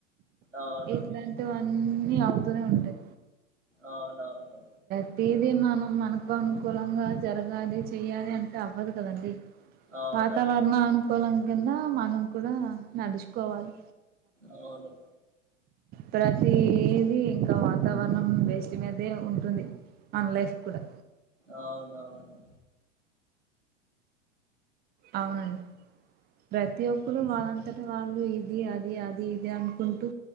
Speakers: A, on the right (about 85°); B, on the right (about 25°).
A: అవును.
B: ఇట్లాంటివన్నీ అవుతూనే ఉంటాయి
A: అవునవును.
B: తది మనం మనకు అనుకూలంగా జరగాలి చెయ్యాలి అంటే అవ్వదు కదండి
A: అవునండి.
B: వాతావరణ అనుకూలం కింద మనం కూడా నడుచుకోవాలి
A: అవును
B: ప్రతీదిీ ఇంకా వాతావరణం బేస్డ్ మీదే ఉంటుంది ఉంటుంది మన లైఫ్ కూడా
A: అవునవును.
B: అవునండి ప్రతి ఒక్కరు వాళ్ళంతట వాళ్ళు ఇది అది అది ఇది అనుకుంటూ